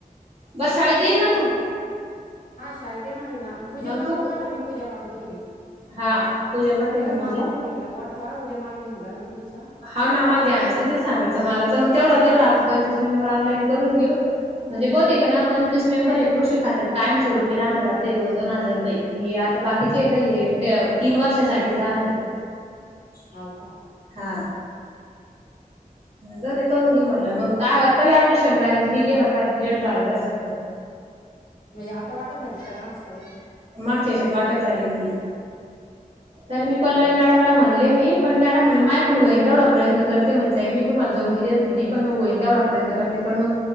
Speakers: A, on the right (about 45°); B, on the left (about 85°).
A: बर शाळेत येईल ना तू
B: हा शाय ते येणारय ना पूजा
A: मग
B: काकूला
A: तू
B: पाठव मी पूजा का हो जाऊदे
A: हा पूजाला पाठवीन
B: त्याला
A: मी
B: माल
A: उद्या
B: पण घ्यायला बोटवा उद्या माल घेऊन जा तुमचा
A: हा ना मला ध्यानच नाही त सांगाचं मला तर मग तेवढा तेवढा पण मेंबर ऑनलाईन करून घेऊ म्हणजे बोत ठीक हाय ना पंचवीस मेंबर आहे कृषी खात्यात कायम स्वरूपी रहाणार वाटतं हे दोन दोन हजार रुपये बाकीचे काही तीन वर्षासाठीच राहणारे
B: हाव का
A: ह जातेत करून घेउवय मग दारात तरी आपलं शेंगदाण्याच बी घायला पाहिजे लेट झालं नसेल तर
B: म्हणजे आता वाटप <unintelligible>
A: मागच्याच्यात वाटप झाली ती तर मी पल्लवी
B: अरे
A: मॅडमला म्हणले मी पण मॅडम म्हणे माय ऐकून गईन तेवढा प्रयत्न करते <unintelligible> त मी तुम्हाला जऊडून देत म्हणे पणग होईन तेवा प्रयन करते. पण मग